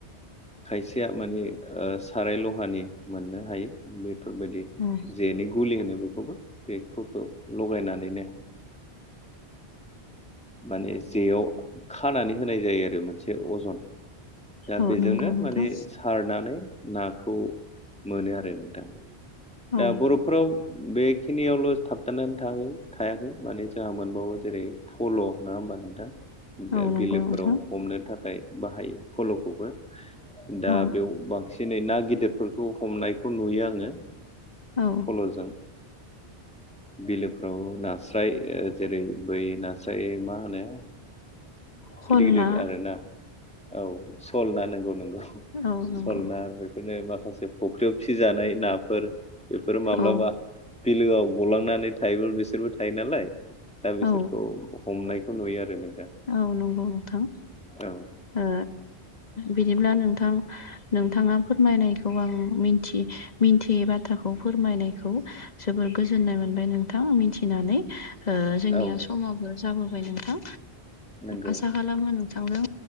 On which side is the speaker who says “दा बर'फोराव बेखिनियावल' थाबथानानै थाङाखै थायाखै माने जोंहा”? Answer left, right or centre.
Centre